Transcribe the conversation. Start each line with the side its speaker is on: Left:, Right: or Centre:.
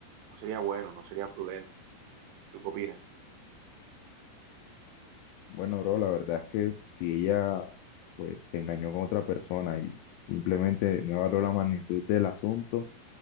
Right: no sería bueno, no sería prudente. ¿Tú qué opinas?
Left: Bueno, bro, la verdad es que si ella pues te engañó con otra persona y simplemente no evaluó la magnitud del asunto,